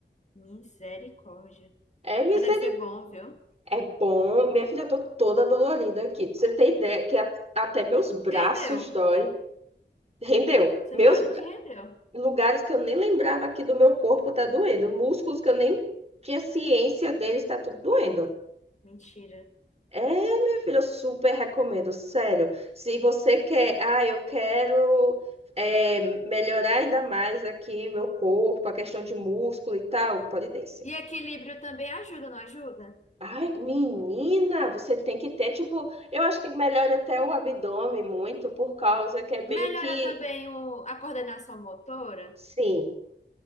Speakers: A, on the left; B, on the right.
A: Misericórdia.
B: É misericórdia.
A: Mas deve ser bom, viu?
B: É bom. Minha filha, eu tô toda dolorida aqui. Pra você ter ideia que a- até meus braços
A: Rendeu.
B: dói. Rendeu.
A: Sinal
B: Meus
A: de que rendeu.
B: lugares que eu nem lembrava aqui do meu corpo tá doendo, músculos que eu nem tinha ciência deles tá tudo doendo.
A: Mentira.
B: É, minha filha, eu super recomendo, sério. Se você quer, ah, eu quero é, melhorar ainda mais aqui meu corpo, a questão de músculo e tal, pole dance.
A: E equilíbrio também ajuda, não ajuda?
B: Ai, menina, você tem que ter, tipo, eu acho que melhora até o abdômen muito, por causa que é meio
A: Melhora
B: que,
A: também o... a coordenação motora.
B: sim,